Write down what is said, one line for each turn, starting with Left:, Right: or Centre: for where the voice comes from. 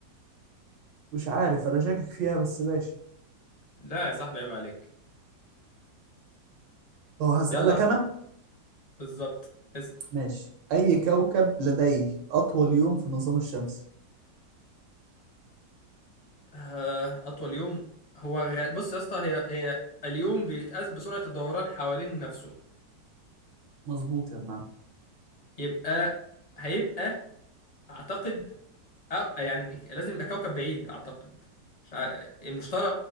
Right: مش عارف انا شاكك فيها بس ماشي
Left: لا يا صاحبي عيب عليك
Right: هو هسألك
Left: يلا اس-
Right: انا
Left: بالظبط اس-
Right: ماشي اي كوكب لديه اطول يوم في النظام الشمسي
Left: آه، اطول يوم هو غ... بص يا اسطى هي هي اليوم بيتقاس بسرعة الدوران حوالين نفسه
Right: مظبوط يا ابن عم.
Left: يبقى هيبقى اعتقد أبقى يعني لازم يبقى كوكب بعيد اعتقد مش ع... المشتري